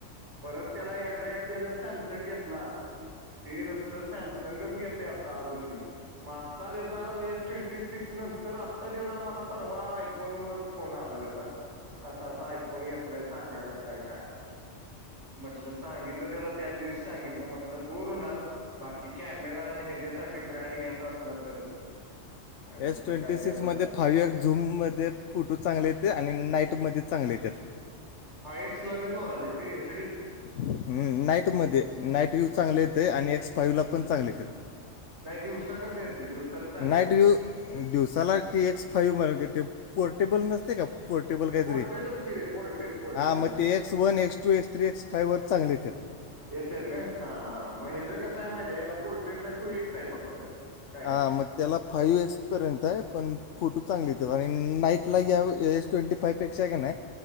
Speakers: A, on the right; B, on the left.
A: परत त्याला एकदा त्यान सॅमसंग घेतला. ती नुसत समसंगच घेते आता अजून बी. मग आत्ता त्याचा एस ट्वेंटी सिक्स नंतर आता त्याचा मला परवा आयफोन वर फोन आला. अस ून घेतलंय सांगा कस आहे काय म्हट सांगितलं त्याला त्याच दिवशी सांगितलं म्हटलं बोर होणार बाकी कॅमेरा आणि ह्याच्यासाठी ब्रँड घ्यायचा असला तर. नाही म्हटलं
B: एस ट्वेंटी
A: काय ते
B: सिक्स
A: आता असं
B: मध्ये फाव झूम मध्ये फोटो चांगले येते आणि नाईट. मध्ये चांगले त्या.
A: फाय एक्स लाी जोर जेते एच डी.
B: हम्म नाईटमध्ये नाईट यूज चांगले येत आणि पायूला पण चांगले यतात.
A: नाही दिवसा कसं येते दिवसा बी चांगलं
B: नाईट
A: येते
B: व्यू
A: ना
B: दिवसाला ती एक्स फाईव्ह म्हणून ते पोर्टेबल नसते का. पोर्टेबल कायत
A: पोर्टेडच
B: र
A: की रे पोर्टेड पोर्टेड
B: हा म X one X two X three X five वर. चांगले यतात.
A: येतेत का हा मग ह ज कसं आहे माहितीे याला पोर्टेल ला टू एक्स आहे फक्त. काय
B: हां मग त्याला फाईव्ह एक्सपर्यंत आहे. पण फोटो
A: हं,
B: चांगली येतात आणि नाईटला
A: हं.
B: या एस ट्वेंटी फायपेक्षा का नाही.